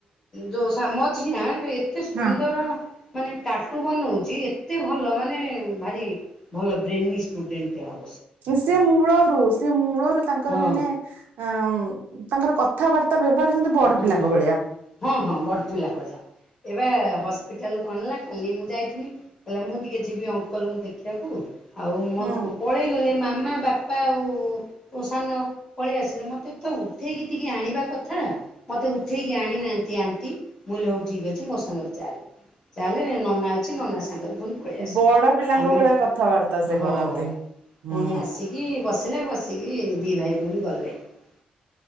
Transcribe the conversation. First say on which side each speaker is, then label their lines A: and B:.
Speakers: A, on the left; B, on the right.
A: ଯୋଉ ସାମଝି ନା ଏତେ ସୁନ୍ଦର
B: ହଁ।
A: ମାନେ ଟାଟୁ ବନଉଛି। ଏତେ ଭଲ ମାନେ ଭାରି ଭଲ ବ୍ରେନି ଷ୍ଟୁଡେଣ୍ଟଟ ଟେ ହବ ।
B: ସେ ମୂଳରୁ ସେ ମୂଳରୁ ତାଙ୍କର
A: ହଁ
B: ମାନେ ଅଉ ତାଙ୍କର କଥାବାର୍ତ୍ତା ବ୍ୟବହାର ଯେମିତି ବଡ
A: ହଁ
B: ପିଲାଙ୍କ
A: ହଁ
B: ଭଳିଆ।
A: ହଁ ହଁ ବଡ଼ପିଲା ଭଳିଆ ଏବେ ହସ୍ପିଟାଲ କଣ ହେଲା? କାଲି ମୁଁ ଯାଇଥିଲି, କହିଲା ମୁଁ ଟିକେ ଯିବି ଅଙ୍କଲଙ୍କୁ ଦେଖିବାକୁ । ଆଉ ମୋତ
B: ହୁଁ
A: ପଳେଇ ଗଲେ ମାମା । ବାପା ଆଉ ସାନ ପଳେଇ ଆସିଲେ ମୋତେ ତ ଉଠେଇକି ଟିକି ଆଣିବା କଥା । ମୋତେ ଉଠେଇକି ଆଣିନାହାନ୍ତି ଆଣ୍ଟି, ମୁଁ ହଉ ଠିକ୍ ଅଛି ମୋ ସାଙ୍ଗରେ ଚାଲ । ଚାଲେ ନନା ଅଛି ନନା ସାଙ୍ଗରେ ପୁଣି ପଳେଇ ଆସୁ
B: ବଡ ପିଲାଙ୍କ
A: ଆମେ
B: ଭଳିଆ କଥାବାର୍ତ୍ତା ସେ
A: ହଉ
B: କରନ୍ତି।
A: ହଉ
B: ହୁଁ
A: ପୁଣି ଆସିକି ବସ ଆ ବସିକି ଦି ଭାଇ ପୁଣି ଗଲେ ।